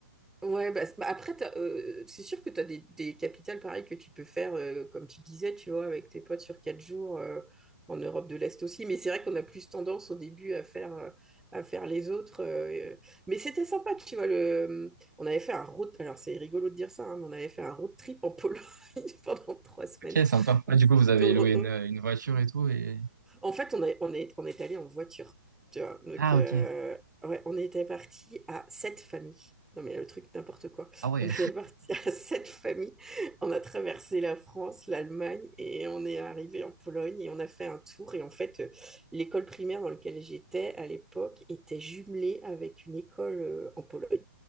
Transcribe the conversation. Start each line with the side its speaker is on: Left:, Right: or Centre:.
Centre: Ouais, bah, c'est- bah, après, t'as, euh, c'est sûr que tu as des, des capitales pareilles que tu peux faire, euh, comme tu disais, tu vois, avec tes potes sur quatre jours, euh, en Europe de l'Est aussi. Mais c'est vrai qu'on a plus tendance au début à faire, euh, à faire les autres. euh, euh. Mais c'était sympa, tu vois. Le... euh, On avait fait un road... Alors, c'est rigolo de dire ça, hein, mais on avait fait un road trip en Pologne <laughs> pendant trois semaines.
Right: Ok, sympa. Ah, du coup, vous
Centre: Donc,
Right: avez loué
Centre: oh, oh,
Right: une, une voiture et tout et...
Centre: en fait, on, est, on, est, on est allé en voiture, tu vois. Donc,
Right: Ah,
Centre: euh,
Right: ok.
Centre: ouais, on était parti à sept familles. Non, mais le truc, n'importe quoi.
Right: Ah ouais.
Centre: On était parti à sept familles. On a traversé la France, l'Allemagne et on est arrivé en Pologne et on a fait un tour. Et en fait, euh, l'école primaire dans laquelle j'étais à l'époque était jumelée avec une école euh, en Pologne.